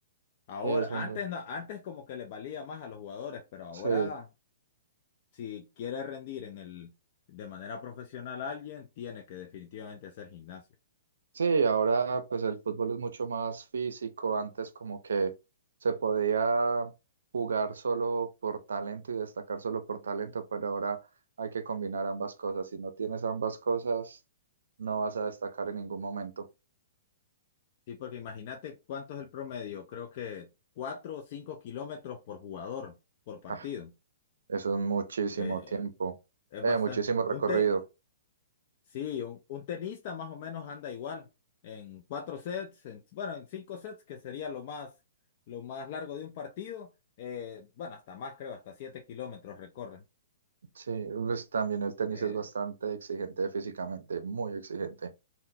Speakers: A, on the left; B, on the right.
A: Ahora,
B: Sí, es un...
A: antes no, antes como que les valía más a los jugadores, pero ahora
B: Sí,
A: si quiere rendir en el de manera profesional a alguien, tiene que definitivamente hacer gimnasio.
B: sí, ahora pues el fútbol es mucho más físico. Antes como que se podía jugar solo por talento y destacar solo por talento, pero ahora hay que combinar ambas cosas. Si no tienes ambas cosas, no vas a destacar en ningún momento.
A: Sí, porque imagínate cuánto es el promedio, creo que cuatro o cinco kilómetros por jugador, por partido.
B: Ah, eso es muchísimo
A: Eh,
B: tiempo,
A: es
B: eh,
A: bastante.
B: muchísimo recorrido.
A: Un te- Sí, un, un tenista más o menos anda igual, en cuatro sets, en- bueno, en cinco sets, que sería lo más, lo más largo de un partido, eh, bueno, hasta más creo, hasta siete kilómetros recorren.
B: Sí, pues también el tenis
A: Eh,
B: es bastante exigente físicamente, muy exigente.